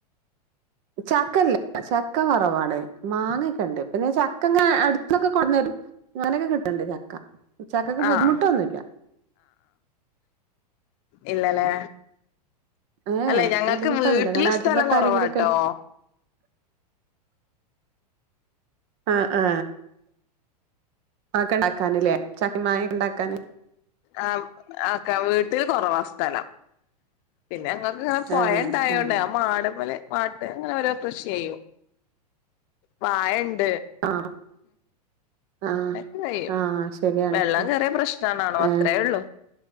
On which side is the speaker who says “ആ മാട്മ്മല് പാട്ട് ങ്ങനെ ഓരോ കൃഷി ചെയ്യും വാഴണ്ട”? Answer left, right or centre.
Left